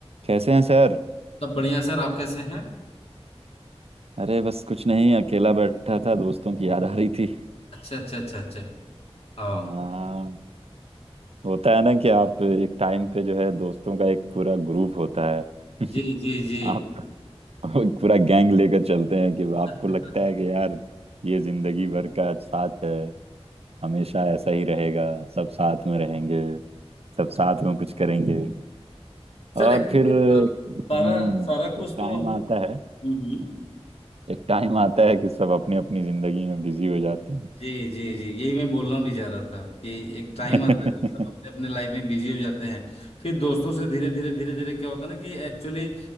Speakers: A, on the right; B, on the left.
A: कैसे हैं सर
B: सब बढ़िया सर आप कैसे हैं
A: अरे बस कुछ नहीं अकेला बैठा था दोस्तों की याद आ रही थी
B: अच्छा अच्छा अच्छा अच्छा आओ
A: हाँ होता है ना कि आप एक टाइम पे जो है दोस्तों का एक पूरा ग्रुप होता है <laughs>
B: जी जी जी
A: आप एक पूरा गैंग लेकर चलते हैं कि आपको
B: <laughs>
A: लगता है कि यार ये जिंदगी भर का साथ है हमेशा ऐसा ही रहेगा सब साथ में रहेंगे सब साथ में कुछ करेंगे
B: सर
A: और
B: एक्चुअली
A: फिर हम्म
B: सारा सारा कुछ
A: एक टाइम
B: तो हम लोग
A: आता है
B: हम्म, हम्म।
A: एक टाइम आता है कि सब अपनी अपनी जिंदगी में बिजी हो जाते
B: जी जी जी यही मैं बोलना भी जा रहा था कि एक टाइम
A: हैं
B: आता है जब सब अपने
A: <laughs>
B: अपने लाइफ में बिजी हो जाते हैं फिर दोस्तों से धीरे धीरे धीरे धीरे क्या होता है ना कि एक्चुअली